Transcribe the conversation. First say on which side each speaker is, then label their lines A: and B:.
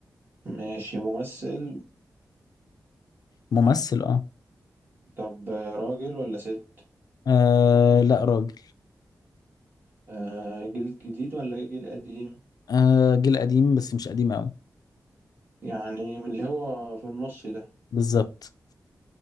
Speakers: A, on the right (about 30°); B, on the left (about 75°).
A: ماشي ممثل
B: ممثل اه,
A: طب راجل ولا ست
B: آه لا راجل
A: آه جيل جديد ولا جيل قديم
B: آه جيل قديم بس مش قديم قوي
A: يعني من اللي هو في النص ده
B: بالظبط